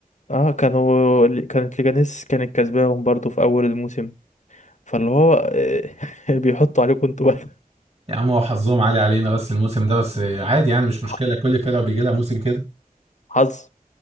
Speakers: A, on the left; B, on the right.
A: اه كانوا كانت ليجانيس كانت كسباهم برضو في أول الموسم فاللي هو آه، <laughs> بيحطوا عليكم انتوا بس
B: يا عم هو حظهم عالي علينا بس الموسم ده بس عادي يعني مش مشكله
A: <laughs>
B: كل فرقه بيجي لها موسم كده
A: حظ